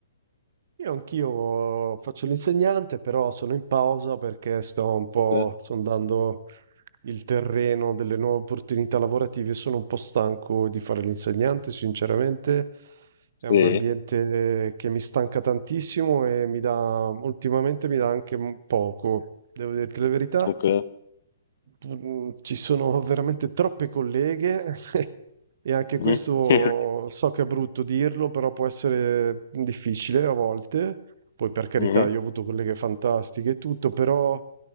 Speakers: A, on the right (about 60°); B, on the left (about 60°).
A: Io anch'io faccio l'insegnante, però sono in pausa perché sto un po'
B: Ok.
A: sondando il terreno delle nuove opportunità lavorative. Sono un po' stanco di fare l'insegnante, sinceramente. È un
B: Sì,
A: ambiente che mi stanca tantissimo e mi dà, ultimamente mi dà anche m- poco. Devo dirti la verità,
B: ok.
A: mm, ci sono veramente troppe colleghe <laughs> e anche questo
B: Mhm. <laughs> Sì, anche-
A: so che è brutto dirlo, però può essere difficile a volte. Poi per carità,
B: Mhm.
A: io ho avuto colleghe fantastiche e tutto, però